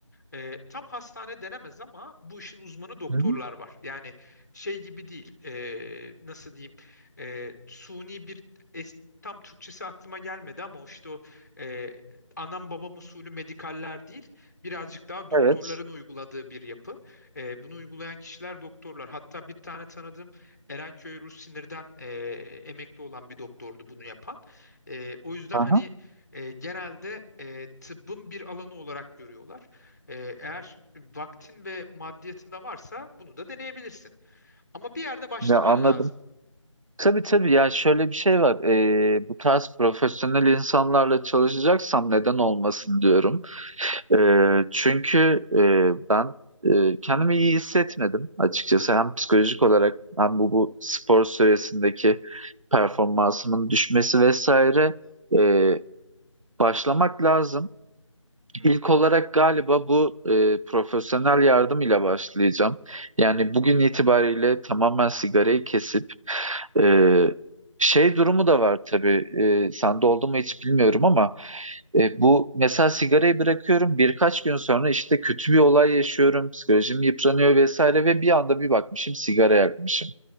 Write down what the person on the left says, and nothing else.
E, tam hastane denemez ama bu işin uzmanı doktorlar
var. Yani şey gibi değil. e, nasıl diyeyim? E, suni bir es- tam Türkçesi aklıma gelmedi ama o işte o e, anam babam usulü medikaller değil. Birazcık daha doktorların
uyguladığı bir yapı. E, bunu uygulayan kişiler doktorlar. Hatta bir tane tanıdığım Erenköy Rus Sinir'den e, emekli olan bir doktordu bunu yapan. E, o yüzden
hani e, genelde e, tıbbın bir alanı olarak görüyorlar. Ee, eğer vaktin ve maddiyatında varsa bunu da deneyebilirsin. Ama bir yerde başlaman
lazım.
<laughs>